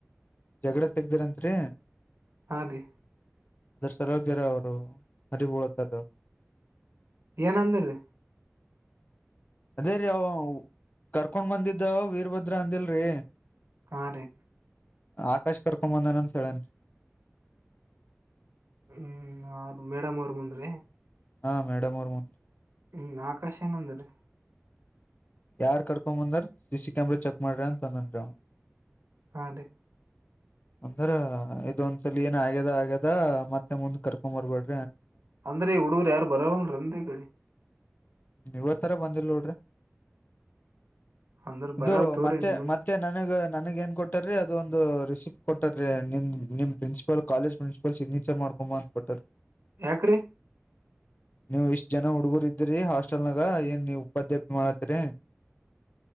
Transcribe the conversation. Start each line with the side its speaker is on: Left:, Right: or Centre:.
Left: ಜಗಡ ತೆಗ್ದಿರಂತೆ ರೀ
Right: ಹಾ ರೀ
Left: ಅದ್ರ ಸಲೋಗ್ಯರ ಅವರು ಹರಿಬಳತಾರ್
Right: ಏನಂದರಿ
Left: ಅದೇ ರೀ ಅವ ಕರ್ಕೊಂಡ್ ಬಂದಿದ್ದಾ ವೀರಭದ್ರ ಅಂದಿಲ್ರಿ
Right: ಹಾ ರೀ
Left: ಆಕಾಶ ಕರ್ಕೊಂಬಂದನಂದ ಹೇಳಳನ್
Right: ಹ್ಮ್ ಅವ್ರ ಮೇಡಮ್ ಅವ್ರ ಮುಂದ್ರೆ
Left: ಹಾ ಮೇಡಮ್ ಅವ್ರರು ಬಂದರಿ
Right: ಹ್ಮ್ ಆಕಾಶ ಏನಂದ್ರೀ
Left: ಯಾರ್ ಕರ್ಕೊ ಬಂದಾರ ಸ ಸಿ ಕ್ಯಾಮರಾ ಚೆಕ್ ಮಾಡ್ರಿ ಅಂತ ತಂದನ್ಅವ
Right: ಹ ರ
Left: ಅಂದ್ರ ಇದೊಂದ್ಸಲ ಏನ್ ಆಗ್ಯದ ಆಗ್ಯದ ಮತ್ತೆ ಮುಂದ ಕರ್ಕೊ್ ಬರ್ಬೇಡ
Right: ಅಂದ್ರೆ ಹುಡುಗರು ಯಾರು ಬರವಲ್ರಂದಿ ಗಡಿ
Left: ಇವತ್ತರ ಬಂದಿಲ್ ನೋಡ್ರಿ
Right: ಅಂದ್ರ
Left: ಇದು
Right: ಬರಲ್ ತೋರಿ
Left: ಮತ್ತೆ
Right: ನಿಮ್ಮಂದ್
Left: ಮತ್ತೆ ನನಗ ನನಗ್ ಏನ್ ಕೊಟ್ಟಾರೀ ಅದು ಒಂದು ರಿಸಿಪ್ಟ್ ಕೊಟ್ಟಾರೀ ನಿ ನಿ ಪ್ರಿನ್ಸಿಪಲ್ ಕಾಲೇಜ್ ಪ್ರಿನ್ಸಿಪಲ್ ಸಿಗ್ನೇಚರ್ ಮಾಡ ಕುಮಾರ್ತ್ ಪಟಲ್
Right: ಯಕರಿ
Left: ನೀವೂಎಷ್ಟ್ ಜನ ಹುಡುಗರ್ ಇದ್ರರಿ ಹಾಸ್ಟೆಲ್ ನಾಗ ಏನ್ ನೀವು ಉಪಾಯಾಪಿ ಮಾಡ ರೆ